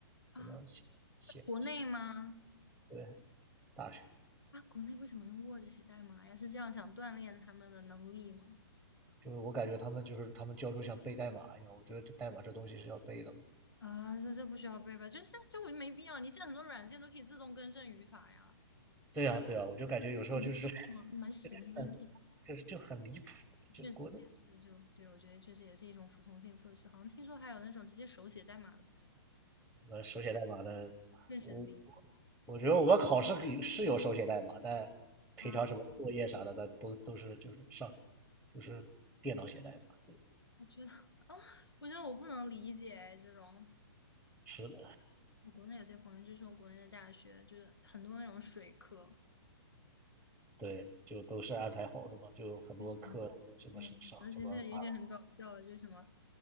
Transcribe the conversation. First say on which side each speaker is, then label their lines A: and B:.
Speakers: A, on the left; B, in the centre.
A: 啊，
B: 怎么写写写？
A: 在国内吗？
B: 对，大学
A: 啊，国内为什么用 Word 写代码呀？是这样想锻炼他们的能力吗？
B: 就是我感觉他们就是他们教授像背代码一样，我觉得这代码这东西是要背的嘛。
A: 啊，这这不需要背吧？就是现在就没必要，你现在很多软件都可以自动更正语法呀。
B: 对啊，对啊，我就感觉有时候就是
A: 我不知道啊，蛮神经质的
B: 很，就是就很离谱，就国内
A: 确实也是就，对，我觉得确实也是一种服从性测试。好像听说还有那种直接手写代码的，
B: 呃手写代码的，
A: 更神经。
B: 我我觉得我们考试可以是有手写代码，但平常什么作业啥的，
A: 啊！
B: 那都都是就是上就是电脑写代码，对，
A: 我觉得 <laughs> 啊，我觉得我不能理解这种。
B: 是的，
A: 我国内有些朋友就说，国内的大学就是很多那种水课，
B: 对，就都是安排好的嘛，就很多课那什么是上什么马
A: 就是对，尤其是有一些很搞笑的，就是什么